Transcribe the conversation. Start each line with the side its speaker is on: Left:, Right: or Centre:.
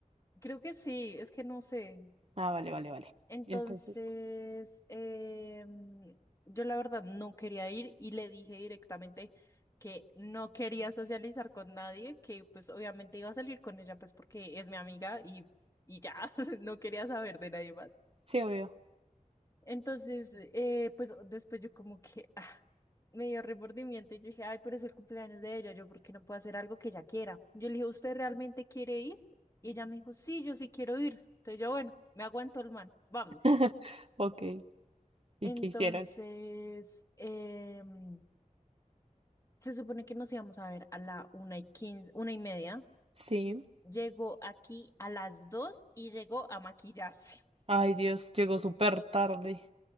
Left: creo que sí, es que no sé.
Right: Ah, vale, vale, vale.
Left: Entonces,
Right: Entonces,
Left: em, yo la verdad no quería ir y le dije directamente que no quería socializar con nadie, que pues obviamente iba a salir con ella pues porque es mi amiga y, y ya, <laughs> no quería saber de nadie más.
Right: sí, obvio.
Left: Entonces, eh, pues después yo como que ah, me dio remordimiento y yo dije, ay, pero es el cumpleaños de ella, yo por qué no puedo hacer algo que ella quiera. Yo le dije, ¿usted realmente quiere ir? Y ella me dijo, sí, yo sí quiero ir. Entonces yo, bueno, me aguanto el man, vamos.
Right: <laughs> Ok. ¿Y
Left: Entonces,
Right: qué hicieron?
Left: em, se supone que nos íbamos a ver a la una y quince, una y media.
Right: Sí.
Left: Llegó aquí a las dos y llegó a maquillarse.
Right: Ay, Dios, llegó súper tarde.